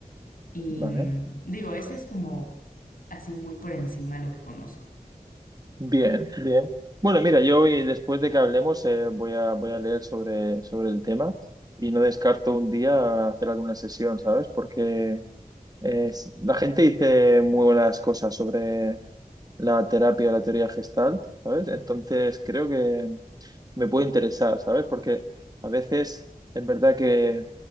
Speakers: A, on the left; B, on the right.
A: Y
B: Vale.
A: mm, digo, eso es como así muy por encima lo que conozco.
B: Bien, bien. Bueno, mira, yo hoy, después de que hablemos, eh, voy a, voy a leer sobre, sobre el tema y no descarto un día hacer alguna sesión, ¿sabes? Porque es- la gente dice muy buenas cosas sobre la terapia, la teoría Gestalt, ¿sabes? Entonces creo que me puede interesar, ¿sabes? Porque a veces es verdad que